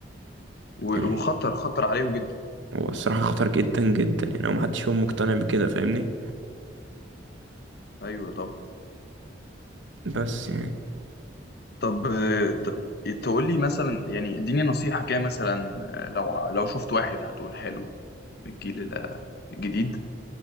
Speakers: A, on the left; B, on the right.
A: و-
B: يعني
A: وخطر خطر عليهم جدا
B: هو الصراحة خطر جدا جدا يعني هو محدش فيهم مقتنع بكده فاهمني
A: ايوه طبعا
B: بس يعني
A: طب آه، طب تقول لي مثلا يعني اديني نصيحة كده مثلا آه، لو لو شفت واحد هتقولها له من الجيل الجديد